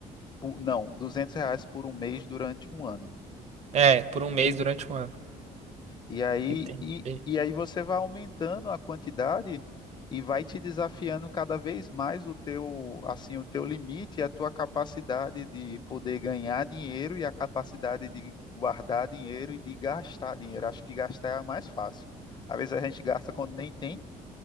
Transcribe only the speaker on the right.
É, por um mês durante um ano.
Entendi.